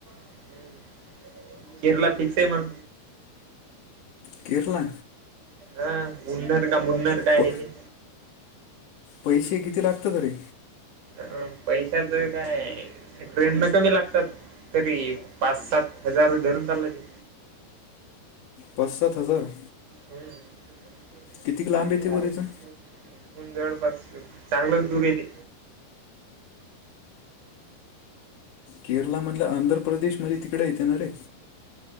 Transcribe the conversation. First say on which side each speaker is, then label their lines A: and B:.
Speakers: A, on the right; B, on the left.
A: हम्म. केरला फिक्स आहे मग.
B: केरला.
A: हा जुन्नर का मुन्नर काय आहे
B: प
A: ते.
B: पैसे किती लागत तरे.
A: अ पैशाच काय ट्रेन न कमी लागतात. तरी पाच सात हजार धरून चालायचे.
B: पाचसात हजार.
A: हम्म.
B: किती लांब येते बरं इथून
A: जवळपास चांगलंच दूर येते.
B: केरळमधल्या आंध्र प्रदेशमध्ये तिकडे येते ना रे.